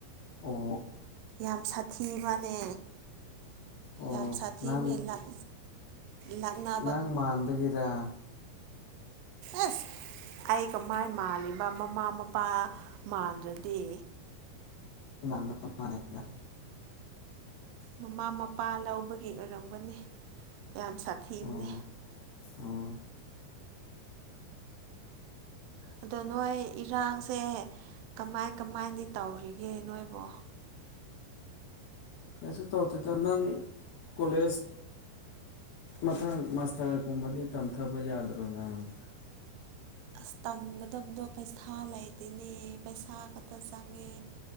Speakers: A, on the left; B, on the right.
A: ꯑꯣ
B: ꯌꯥꯝ ꯁꯥꯊꯤꯕꯅꯦ
A: ꯑꯣ
B: ꯌꯥꯝ ꯁꯥꯊꯤꯃꯤ
A: ꯅꯪ
B: ꯂꯥꯛ ꯂꯥꯛꯅ
A: ꯅꯪ ꯃꯥꯟꯕꯒꯤꯔ
B: ꯑꯁ ꯑꯩ ꯀꯃꯥꯏ ꯃꯥꯜꯂꯤꯕ ꯃꯃꯥ ꯃꯄꯥ ꯃꯥꯟꯗ꯭ꯔꯗꯤ
A: <inaudible>
B: ꯃꯃꯥ ꯃꯄꯥ ꯂꯧꯕꯒꯤ ꯑꯣꯏꯔꯝꯒꯅꯤ ꯌꯥꯝ ꯁꯥꯊꯤꯕꯅꯦ
A: ꯑꯣ ꯑꯣ
B: ꯑꯗꯣ ꯅꯣꯏ ꯏꯔꯥꯡꯁꯦ ꯀꯃꯥꯏ ꯀꯃꯥꯏꯗꯤ ꯇꯧꯔꯤꯒꯦ ꯅꯣꯏꯕꯣ
A: ꯀꯩꯁꯨ ꯇꯧꯗꯦꯗ ꯅꯪ ꯀꯣꯂꯦꯖ ꯃꯊꯪ ꯃꯥꯁꯇꯔꯒꯨꯝꯕꯗꯤ ꯇꯝꯊꯕ ꯌꯥꯗ꯭ꯔꯣꯅꯪꯪ
B: ꯑꯁ ꯇꯝꯒꯗꯕꯗꯣ ꯄꯩꯁꯥ ꯂꯩꯇꯦꯅꯦ ꯄꯩꯁꯥ ꯈꯛꯇ ꯆꯪꯉꯦ